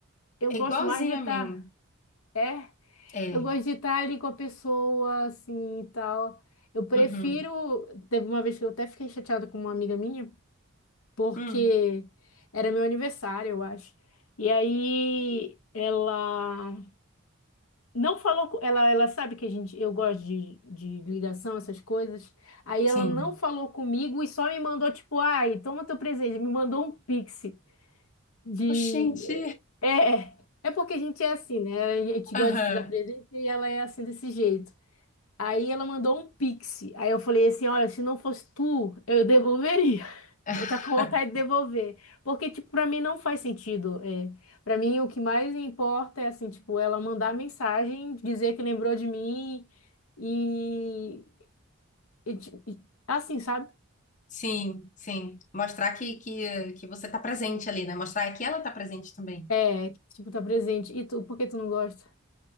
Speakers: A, on the left (about 80°); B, on the left (about 35°).
A: Eu
B: É
A: gosto
B: igualzinho
A: mais de estar,
B: a mim.
A: é?
B: É.
A: Eu gosto de estar ali com a pessoa, assim, e tal. Eu prefiro.
B: Uhum.
A: Teve uma vez que eu até fiquei chateada com uma amiga minha, porque
B: Hum.
A: era meu aniversário, eu acho. E aí ela não falou, co- ela, ela sabe que a gente, eu gosto de, de ligação, essas coisas. Aí
B: Sim.
A: ela não falou comigo e só me mandou, tipo, ai, toma teu presente. Me mandou um pix de.
B: Oxente.
A: É, é é porque a gente é assim, né? A gente
B: Aham.
A: gosta de se dar presente e ela é assim desse jeito. Aí ela mandou um pix. Aí eu falei assim: olha, se não fosse tu, eu devolveria.
B: <laughs>
A: Eu tô com vontade de devolver. Porque, tipo, pra mim não faz sentido. É. Pra mim, o que mais importa é, assim, tipo, ela mandar mensagem, dizer que lembrou de mim e... e ti- e- assim, sabe?
B: Sim, sim. Mostrar que, que, que você tá presente ali, né? Mostrar que ela tá presente também.
A: É, tipo, tá presente. E tu, por que tu não gosta?